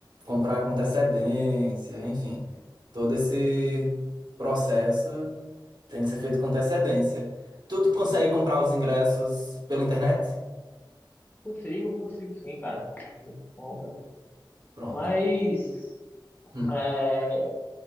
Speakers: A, on the right; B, on the left.
A: comprar com antecedência, enfim, todo esse processo tem que ser feito com antecedência. Tu consegue comprar os ingressos pela internet?
B: Consigo, consigo sim, cara. A gente compra.
A: Pronto.
B: Mas
A: Hum.
B: é,